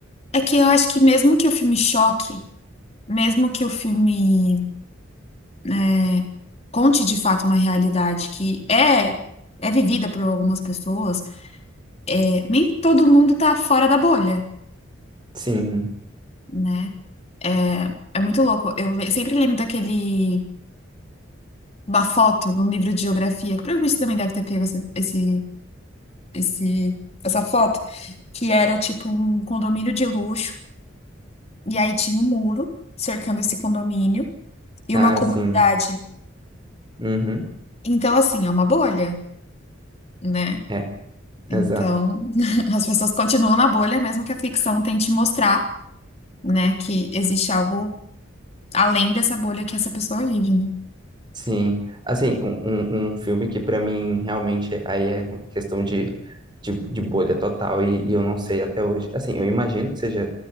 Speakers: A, on the left; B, on the right.
A: é que eu acho que mesmo que o filme choque, mesmo que o filme né, conte de fato uma realidade que é é vivida por algumas pessoas, é, nem todo mundo tá fora da bolha,
B: Sim,
A: né? É, é muito louco. Eu le- sempre lembro daquele uma foto num livro de geografia, que provavelmente você também deve ter pego esse, esse, esse- essa foto, que era tipo um condomínio de luxo, e aí tinha um muro cercando esse condomínio e
B: ah,
A: uma comunidade.
B: sim. Uhum.
A: Então, assim, é uma bolha, né?
B: É, exato.
A: Então, <laughs> as pessoas continuam na bolha, mesmo que a ficção tente mostrar, né, que existe algo além dessa bolha que essa pessoa vive, né?
B: Sim. Assim, um, um, um filme que pra mim realmente aí é uma questão de, de, de bolha total e, e eu não sei até hoje. Assim, eu imagino que seja